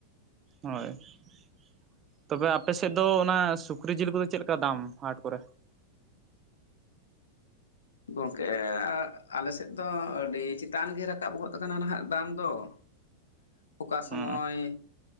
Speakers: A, on the right; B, on the left.
A: ᱦᱳᱭ ᱾ ᱛᱚᱵᱮ ᱟᱯᱮ ᱥᱮᱫ ᱫᱚ ᱚᱱᱟ ᱥᱩᱠᱨᱤ ᱡᱤᱞ ᱠᱚᱫᱚ ᱪᱮᱫ ᱞᱮᱠᱟ ᱫᱟᱢ ᱦᱟᱴ ᱠᱚᱨᱮ?
B: ᱜᱚᱝᱠᱮ ᱟᱞᱮ ᱥᱮᱫ ᱫᱚ ᱟᱹᱰᱤ ᱪᱮᱛᱟᱱ ᱜᱮ ᱨᱟᱠᱟᱵ ᱜᱚᱫ ᱟᱠᱟᱱᱟ ᱱᱟᱜ ᱫᱟᱢ ᱫᱚ ᱾ ᱚᱠᱟ ᱥᱚᱢᱚᱭᱼᱼ
A: ᱚ